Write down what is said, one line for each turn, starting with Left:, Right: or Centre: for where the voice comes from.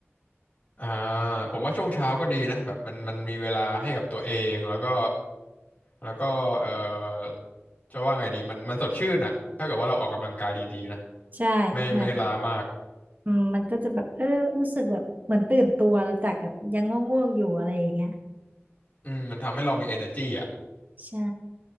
Left: อ่าผมว่าช่วงเช้าก็ดีนะแบบมันมันมีเวลาให้กับตัวเองแล้วก็แล้วก็เอ่อจะว่าไงดีมันมันสดชื่นอะถ้าเกิดว่าเราออกกำลังกายดีๆนะ
Right: ใช่เหมือน
Left: ไม่ไม่ล้ามาก
Right: อืมมันก็จะแบบเออรู้สึกแบบเหมือนตื่นตัวแล้วจากแบบยังง่วงๆอยู่อะไรอย่างเงี้ย
Left: อืมมันทำให้เรามี energy อ่ะ
Right: ใช่